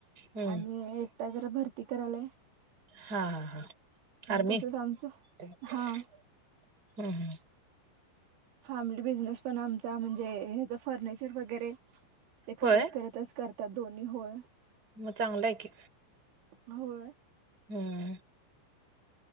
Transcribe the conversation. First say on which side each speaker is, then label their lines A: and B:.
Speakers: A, on the right (about 20°); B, on the right (about 75°).
A: हम्म
B: आणि एक तो जरा भरती करालाय.
A: हा हा हा आर्मी
B: तसच आमचं
A: हम्म
B: हा
A: हम्म.
B: फॅमिली बिझनेस पण आमचा म्हणजे हाच फर्निचर वगैरे. ते करत
A: होय
B: करतच करतात दोन्ही होय.
A: मग चांगलं आहे की
B: होय
A: हम्म.